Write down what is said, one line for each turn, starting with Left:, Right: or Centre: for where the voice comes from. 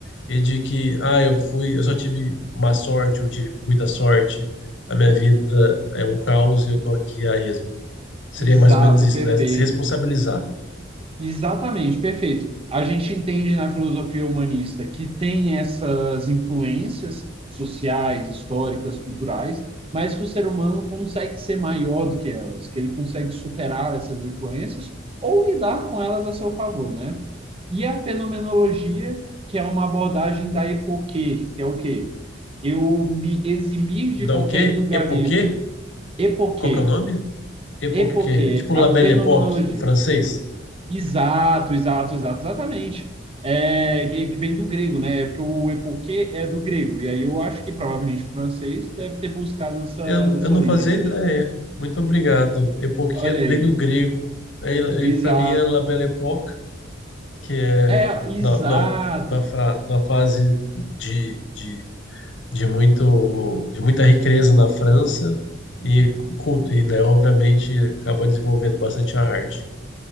Left: e de que, ah, eu fui, eu só tive má sorte, eu tive muita sorte, a minha vida é um caos e eu tô aqui a esmo. Seria
Right: exato,
Left: mais ou menos isso,
Right: perfeito.
Left: né? Se responsabilizar.
Right: Exatamente, perfeito. A gente entende na filosofia humanista que tem essas influências sociais, históricas, culturais, mas que o ser humano consegue ser maior do que elas, que ele consegue superar essas influências ou lidar com elas a seu favor, né? E a fenomenologia, que é uma abordagem da epoquê, que é o quê? Eu me eximir de
Left: Da
Right: qualquer
Left: o quê?
Right: julgamento.
Left: Epoquê?
Right: Epoquê.
Left: Qual que é o nome? Époque,
Right: Epoquê,
Left: tipo La
Right: a
Left: Belle
Right: fenomenologia
Left: Époque, do francês.
Right: Exato, exato, exato, exatamente. É, que, que vem do grego, né? É Porque o epoquê é do grego. E aí eu acho que provavelmente o francês deve ter buscado essa,
Left: Eu,
Right: dessa
Left: eu não
Right: origem
Left: fazia
Right: também.
Left: ideia. Muito obrigado. Époque
Right: Olha aí.
Left: vem do grego. Aí,
Right: Exato.
Left: para mim é La Belle Époque, que é
Right: É, exato.
Left: da, da, da, fra, da fase de, de, de, muito, de muita riqueza na França e, cu- e né, obviamente, acaba desenvolvendo bastante a arte.